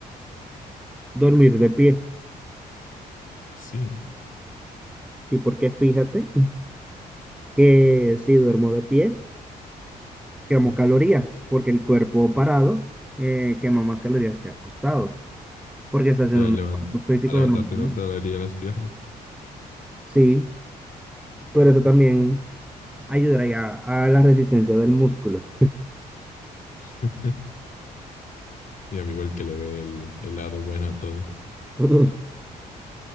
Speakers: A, in the centre; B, on the left.
A: Dormir de pie.
B: Así.
A: Sí, porque fíjate que si duermo de pie. quemo calorías, porque el cuerpo parado eh, quema más calorías que acostado, porque estás en
B: Pero
A: un
B: al,
A: esfuerzo
B: levan-
A: físico
B: al levantarte
A: de mantener.
B: no te dolería las piernas.
A: Sí, pero eso también ayudaría a la resistencia del músculo.
B: <laughs> Mi amigo, el que le ve el, el lado bueno a todo.
A: <laughs>